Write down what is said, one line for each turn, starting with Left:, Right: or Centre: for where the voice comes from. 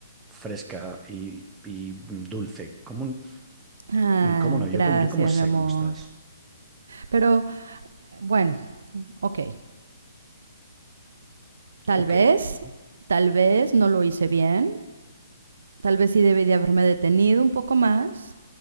Centre: fresca y, y mm, dulce. ¿Cómo,
Right: Ay,
Centre: cómo no?
Right: gracias,
Centre: Yo como, yo cómo sé
Right: mi amor.
Centre: cómo estás.
Right: Pero bueno, ok. Tal
Centre: Ok,
Right: vez,
Centre: ¿no?
Right: tal vez no lo hice bien. Tal vez sí debí de haberme detenido un poco más.